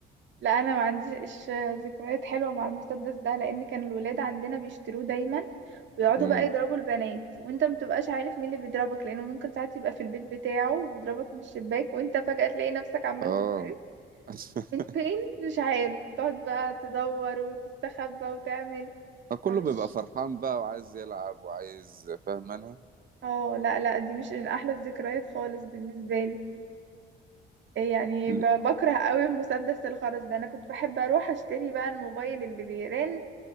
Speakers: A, on the right (about 65°); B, on the right (about 45°).
A: لا انا ما عنديش ذكريات حلوه مع المسدس ده لان كان الولاد عندنا بيشتروه دايما ويقعدوا
B: امم
A: بقى يضربوا البنات وانت ما بتبقاش عارف مين اللي بيضربك لانه ممكن ساعات يبقى في البيت بتاعه بيضربك من الشباك وانت فجأة تلاقي نفسك عمال
B: اه
A: تتضرب
B: <laughs>
A: من فين مش عارف تقعد بقى تدور وتستخبى وتعمل
B: كله
A: فمش
B: بيبقى فرحان بقى وعايز يلعب وعايز فاهماني
A: اه لا لا دي مش من احلى الذكريات خالص بالنسبه لي يعني
B: ل-
A: ب- بكره قوي مسدس الخرز ده انا كنت بحب اروح اشتري بقى الموبايل اللي بيرن